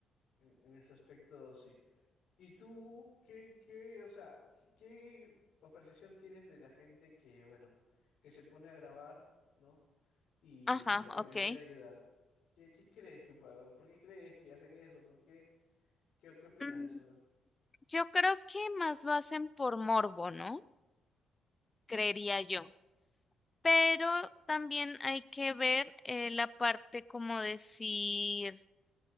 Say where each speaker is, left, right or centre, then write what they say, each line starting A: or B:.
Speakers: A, on the left; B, on the left.
A: en en ese aspecto sí. ¿Y tú qué, qué, o sea, qué, qué apreciación tienes de la gente que, bueno, que se pone a grabar, ¿no? Y
B: Ajá,
A: en,
B: ok.
A: en vez de ayudar, ¿qué, qué crees que, pa- por qué crees que hacen eso? ¿Por qué, qué, qué opinas
B: Mm,
A: de eso?
B: Yo creo que más lo hacen por morbo, ¿no? Creería yo. Pero también hay que ver eh, la parte, como decir,